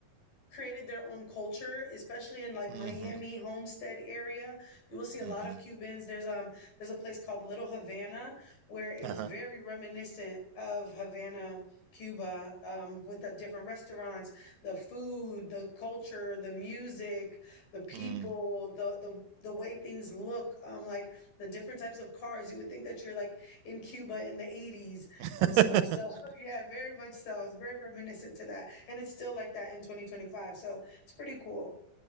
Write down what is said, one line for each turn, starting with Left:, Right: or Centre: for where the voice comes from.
Left: created their own culture, especially in like
Right: mhm,
Left: Miami Homestead area. You will see a
Right: mhm,
Left: lot of Cubans. There's um there's a place called Little Havana where it's
Right: uh-huh,
Left: very reminiscent of Havana, Cuba, um, with the different restaurants, the food, the culture, the music, the people,
Right: mm.
Left: the the the way things look, um, like the different types of cars. You would think that you're like in Cuba in the 80s and
Right: <coughs>
Left: stuff. So <laughs> yeah, very much so. It's very reminiscent to that, and it's still like that in 2025. So it's pretty cool.